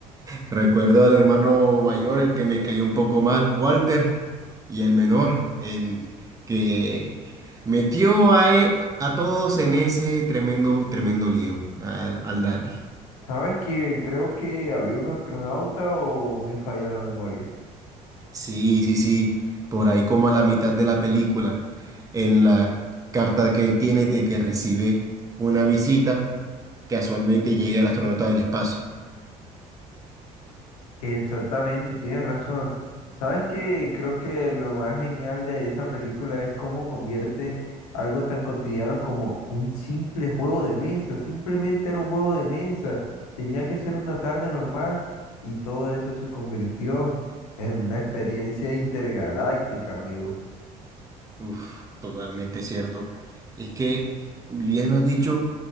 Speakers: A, on the right; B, on the left.
A: Recuerdo al hermano mayor, el que me cayó un poco mal, Walter, y el menor, el que metió a, e- a todos en ese tremendo, tremendo lío, al, al Dani.
B: ¿Sabes que creo que había un astronauta o me falla la memoria?
A: Sí, sí, sí, por ahí como a la mitad de la película, en la carta que él tiene de que recibe una visita, casualmente llega el astronauta del espacio.
B: Exactamente, tienes razón. ¿Sabes qué? Creo que lo más genial de esa película es cómo convierten algo tan cotidiano como un simple juego de mesa. Simplemente era un juego de mesa. Tenía que ser una tarde normal y todo eso se convirtió en una experiencia intergaláctica, amigo.
A: Uf, totalmente cierto. Es que, bien lo has dicho,